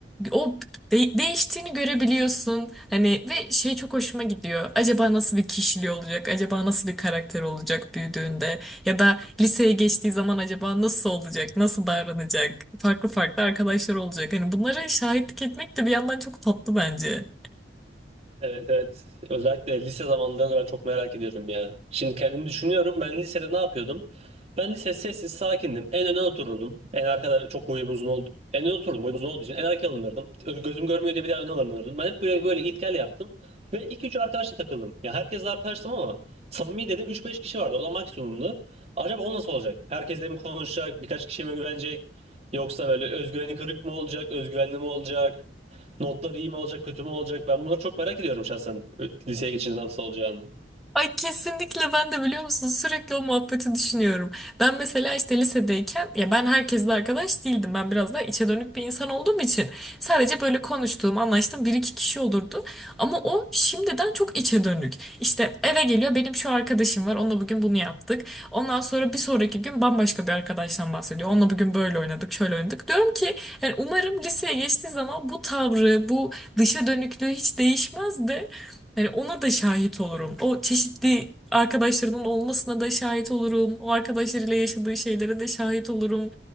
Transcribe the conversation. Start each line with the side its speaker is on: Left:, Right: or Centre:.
Centre: o de- değiştiğini görebiliyorsun. Hani ve şey çok hoşuma gidiyor. Acaba nasıl bir kişiliği olacak? Acaba nasıl bir karakter olacak büyüdüğünde? Ya da liseye geçtiği zaman acaba nasıl olacak? Nasıl davranacak? Farklı farklı arkadaşlar olacak. Hani bunlara şahitlik etmek de bir yandan çok tatlı bence.
Right: Evet evet. Özellikle lise zamanlarını ben çok merak ediyorum ya. Şimdi kendimi düşünüyorum. Ben lisede ne yapıyordum? Ben lise sessiz sakindim. En öne otururdum. En arkada çok boyum uzun oldu. En öne oturdum boyum uzun olduğu için en arkaya alınırdım. Gözüm görmüyor diye bir daha öne alınırdım. Ben hep böyle böyle git gel yaptım. Ve iki üç arkadaşla takıldım. Ya herkesle arkadaştım ama samimi dedim üç beş kişi vardı. O da maksimumdu. Acaba o nasıl olacak? Herkesle mi konuşacak? Birkaç kişiye mi güvenecek? Yoksa böyle özgüveni kırık mı olacak? Özgüvenli mi olacak? Notlar iyi mi olacak, kötü mü olacak? Ben bunları çok merak ediyorum şahsen liseye geçince nasıl olacağını.
Centre: Ay kesinlikle ben de biliyor musun sürekli o muhabbeti düşünüyorum. Ben mesela işte lisedeyken ya ben herkesle arkadaş değildim. Ben biraz daha içe dönük bir insan olduğum için sadece böyle konuştuğum, anlaştığım bir iki kişi olurdu. Ama o şimdiden çok içe dönük. İşte eve geliyor benim şu arkadaşım var onunla bugün bunu yaptık. Ondan sonra bir sonraki gün bambaşka bir arkadaştan bahsediyor. Onunla bugün böyle oynadık, şöyle oynadık. Diyorum ki yani umarım liseye geçtiği zaman bu tavrı, bu dışa dönüklüğü hiç değişmez de yani ona da şahit olurum. O çeşitli arkadaşlarının olmasına da şahit olurum. O arkadaşlarıyla yaşadığı şeylere de şahit olurum.